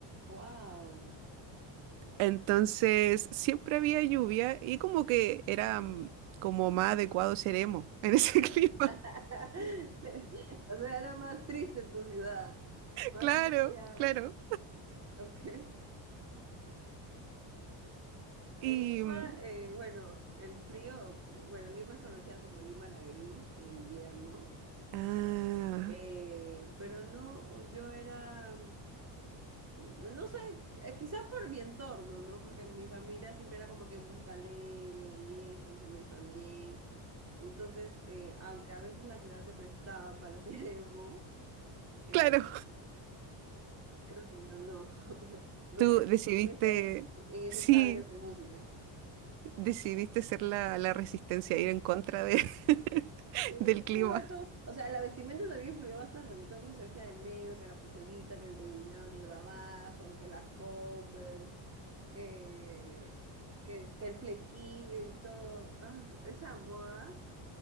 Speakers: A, on the right; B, on the right.
A: Wow.
B: Entonces siempre había lluvia y como que era mm, como más adecuado ser emo en ese <laughs> clima.
A: <laughs> O sea, era más triste tu ciudad, más
B: Claro,
A: fría.
B: claro.
A: <laughs> Ok. En
B: Y...
A: Lima,
B: mm,
A: eh, bueno, el frío, bueno, Lima es conocida como Lima la Gris en invierno,
B: Ah,
A: eh, pero no, yo era, mm, no sé, eh, quizás por mi entorno, ¿no? Porque mi familia siempre era como que música alegre y eso, mis amigos también. Entonces, eh, aunque a veces la ciudad se prestaba para <laughs> hacer emo, eh,
B: claro.
A: Creo que yo no. <laughs> No
B: Tú
A: encajo
B: decidiste,
A: en, esa- en ese
B: sí,
A: target de música.
B: decidiste ser la, la resistencia, ir en contra de- <laughs>
A: Sí,
B: del clima.
A: pero igual todo, o sea, la vestimenta también influyó bastante, porque todo el mundo se vestía de negro, que la pulserita, que el delineado negro abajo, que las Converse, que, que, que el flequillo y todo. Ah, esa moda,